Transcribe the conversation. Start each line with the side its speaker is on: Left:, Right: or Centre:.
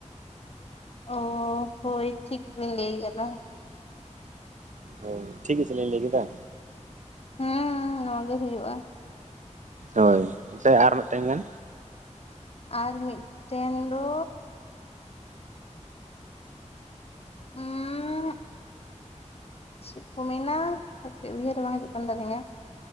Left: ᱚ ᱦᱳᱭ ᱴᱷᱤᱠ ᱵᱤᱱ ᱞᱟᱹᱭ ᱠᱮᱫᱟ
Right: ᱦᱳᱭ ᱴᱷᱤᱠ ᱜᱮ ᱥᱮᱞᱤᱧ ᱞᱟᱹᱭ ᱠᱮᱫᱟ
Left: ᱦᱩᱸ ᱱᱚᱶᱟ ᱜᱮ ᱦᱩᱭᱩᱜᱼᱟ
Right: ᱦᱳᱭ ᱢᱟᱥᱮ ᱟᱨ ᱢᱤᱫᱴᱮᱱ ᱜᱟᱱ
Left: ᱟᱨ ᱢᱤᱫᱴᱮᱱ ᱫᱚ ᱩᱸᱻ ᱪᱮᱫ ᱠᱚ ᱢᱮᱱᱟᱯᱮ ᱩᱭᱦᱟᱹᱨ ᱨᱮ ᱵᱟᱝ ᱦᱤᱡᱩᱜ ᱠᱟᱱ ᱛᱟᱞᱤᱧᱟᱛ